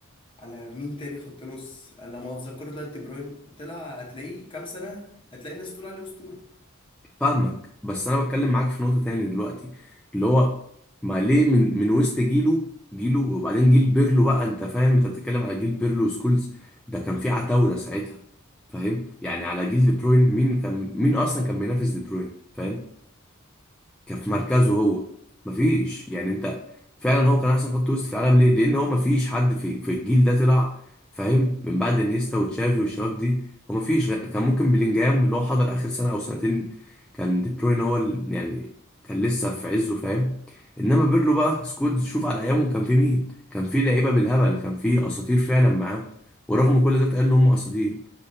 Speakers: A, on the left (about 25°); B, in the centre.
A: على مين تاني خط نص على ما اتذكر دلوقتي دي بروين طلع هتلاقيه كام سنه هتلاقي الناس تقول عليه اسطوره
B: فاهمك بس انا بتكلم معاك في نقطة تاني دلوقتي اللي هو ما ليه من من وسط جيله جيله وبعدين جيل بيرلو بقى انت فاهم انت بتتكلم على جيل بيرلو سكولز ده كان في عتاولة ساعتها فاهم يعني على جيل دي بروين مين كان مين اصلا كان بينافس دي بروين فاهم كان في مركزه هو مفيش يعني انت فعلا هو كان احسن خط وسط في العالم ليه لان هو مفيش حد في في الجيل ده طلع فاهم من بعد انيستا وتشافي والشباب دي هو مفيش غ- كان ممكن بلينجهام اللي هو حضر اخر سنه او سنتين كان دي بروين هو ال- يعني كان لسه في عزه فاهم انما بيرلو بقى سكولز شوف على ايامه كان في مين كان في لعيبه بالهبل كان في اساطير فعلا معاهم ورغم كل ده اتقال ان هم اساطير